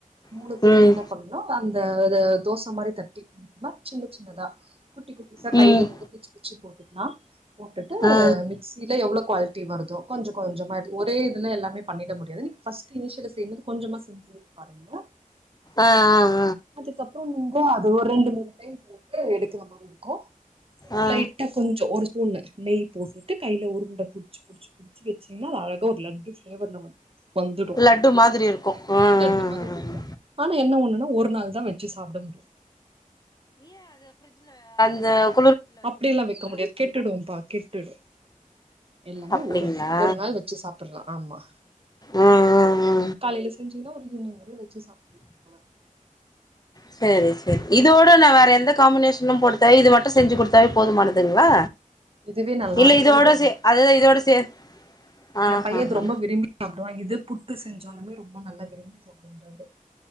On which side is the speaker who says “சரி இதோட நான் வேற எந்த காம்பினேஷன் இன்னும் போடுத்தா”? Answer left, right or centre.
Left